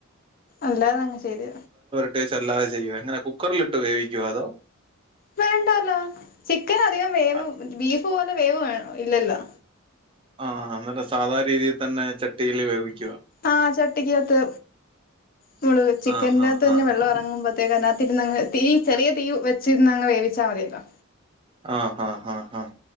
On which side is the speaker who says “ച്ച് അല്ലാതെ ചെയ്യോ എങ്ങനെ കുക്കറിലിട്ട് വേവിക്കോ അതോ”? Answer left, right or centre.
Right